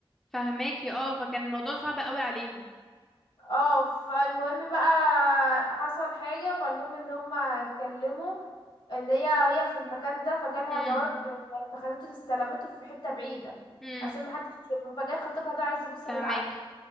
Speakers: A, in the centre; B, on the left.
A: فهماكي اه فكان الموضوع صعب قوي عليهم
B: اه فالمهم بقى حصل حاجة فالمهم ان هما اتكلموا ان هي هي في المكان ده فجالها
A: مم.
B: جواب آه، فخدته استلمته في حتة بعيدة
A: مم.
B: عشان محدش يشوفها فجاي خطيبها ده عايز يبوسها
A: فهماكي
B: بالعافية